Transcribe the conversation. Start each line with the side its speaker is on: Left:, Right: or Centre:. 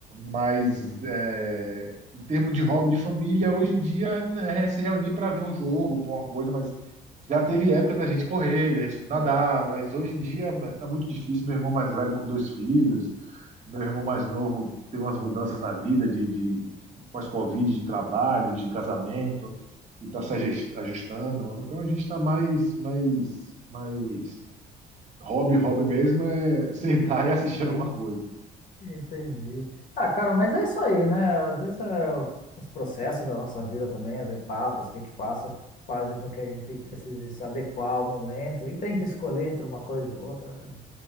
Right: Mas é, em termos de hobby de família, hoje em dia né, é se reunir para ver um jogo, para uma coisa, mas já teve épocas da gente correr, da gente
Left: uhum.
Right: nadar, mas hoje em dia tá muito difícil. Meu irmão mais velho com dois filhos, meu irmão mais novo teve umas mudanças na vida de, de pós-Covid, de trabalho, de casamento, e está se ajust- ajustando. Então a gente está mais, mais, mais hobby, hobby mesmo é <laughs> sentar e assistir alguma coisa.
Left: Entendi. Ah, cara, mas é isso aí, né? Às vezes é, o- os processos da nossa vida também, as etapas que a gente passa, fazem com que a gente precise se adequar ao momento e tem que escolher entre uma coisa e outra. né?